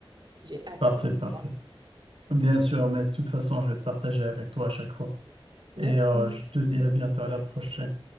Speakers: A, on the right (about 50°); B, on the right (about 75°).
A: J'ai hâte
B: Parfait,
A: qu'on se
B: parfait.
A: voit.
B: Bien sûr, mais de toute façon, je vais partager avec toi à chaque fois.
A: Merci.
B: Et euh, je te dis à bientôt, à la prochaine.